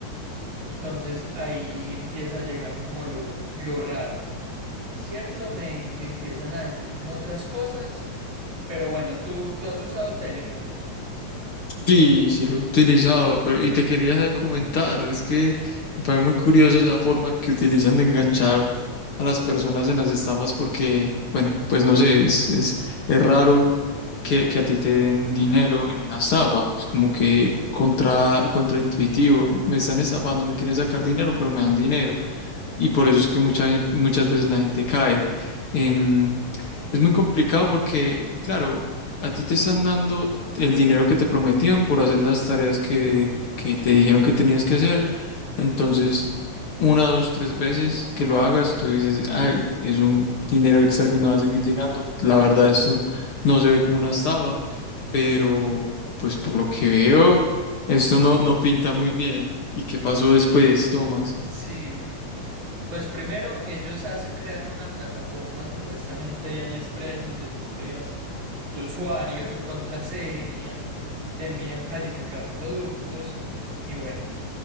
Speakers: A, on the right; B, on the left.
A: Entonces ahí empieza a llegar como lo, lo raro, ¿cierto? Me, me empiezan a decir como otras cosas, pero bueno, ¿tú, tú has usado Telegram?
B: Sí, sí lo he utilizado, pero y te quería comentar, es que me parece muy curioso esa forma que utilizan de enganchar a las personas en las estafas porque, bueno, pues no sé, es, es, es raro que, que a ti te den dinero en una estafa, es como que contra, contraintuitivo, me están estafando, me quieren sacar dinero, pero me dan dinero y por eso es que mucha, gen- muchas veces la gente cae. Em, es muy complicado porque, claro, a ti te están dando el dinero que te prometían por hacer las tareas que, que te dijeron que tenías que hacer. Entonces, una, dos, tres veces que lo hagas, tú dices, ay, es un dinero extra que me va a seguir llegando. La verdad, esto no se ve como una estafa, pero pues por lo que veo, esto no, no pinta muy bien. ¿Y qué pasó después, Tomás?
A: Sí, no. Pues primero ellos hace- crean una plataforma supuestamente de AliExpress donde tú creas tu usuario, tu contraseña, te envían calificar productos y bueno,